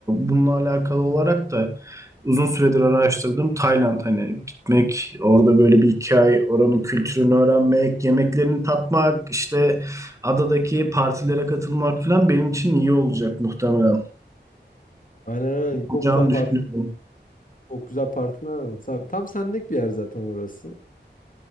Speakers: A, on the right; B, on the left.
A: bununla alakalı olarak da uzun süredir araştırdım. Tayland hani gitmek, orada böyle bir iki ay oranın kültürünü öğrenmek, yemeklerini tatmak, işte adadaki partilere katılmak falan benim için iyi olacak muhtemelen.
B: Aynen aynen. Çok
A: Olacağını
B: güzel park,
A: düşünüyorum.
B: çok güzel partiler var. Tam tam senlik bir yer zaten orası.